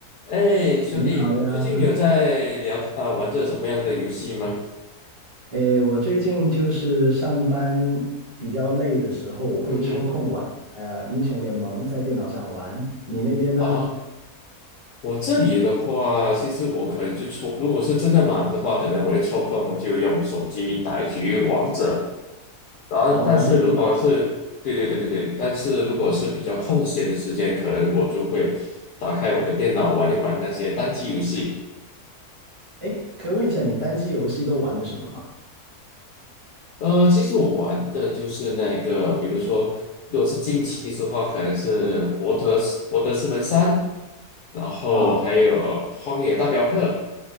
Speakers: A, on the left (about 70°); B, on the right (about 40°).
A: 哎，兄弟，
B: 你好呀，
A: 最近有在聊啊、玩着什么样的游戏吗？
B: 诶，我最近就是上班比较累的时候，我会抽空玩呃英雄联盟，
A: 嗯哼，
B: 在电脑上玩。你那边呢？
A: 啊，我这里的话，其实我可能就抽，如果是真的忙的话，可能我会抽空就用手机打一局王者。然后，
B: 哦，
A: 但是如果是对对对对对，
B: 王者荣耀是吧？
A: 但是如果是比较空闲的时间，可能我就会打开我的电脑玩一玩那些单机游戏。
B: 诶，可以问一下你单机游戏都玩的什么吗？
A: 呃，其实我玩的就是那个，比如说，如果是近期的话，可能是博德斯博德之门三，然后还有荒野大镖客、
B: 啊